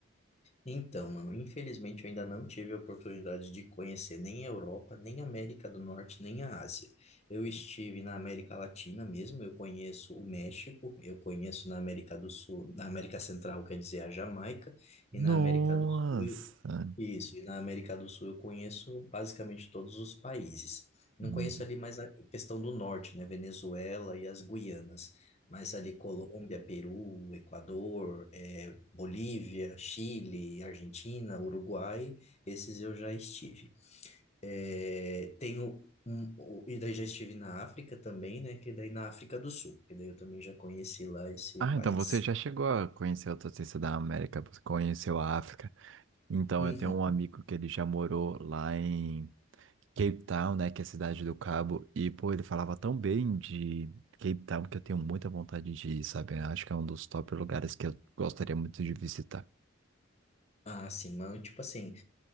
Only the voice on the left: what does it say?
Então, mano, infelizmente eu ainda não tive a oportunidade de conhecer nem a Europa, nem a América do Norte, nem a Ásia. Eu estive na América Latina mesmo, eu conheço o México, eu conheço na América do Sul, na América Central, quer dizer, a Jamaica, e
na América do Sul. Isso, e na América do Sul eu conheço basicamente todos os países. Não
conheço ali mais a questão do norte, né? Venezuela e as Guianas, mas ali Colômbia, Peru, Equador, eh, Bolívia, Chile, Argentina, Uruguai, esses eu já estive. Eh, tenho um- o- e daí já estive na África também, né? Que daí na África do Sul, que daí eu também já conheci lá esse
país.
Uhum.
Ah, sim, mano, tipo assim.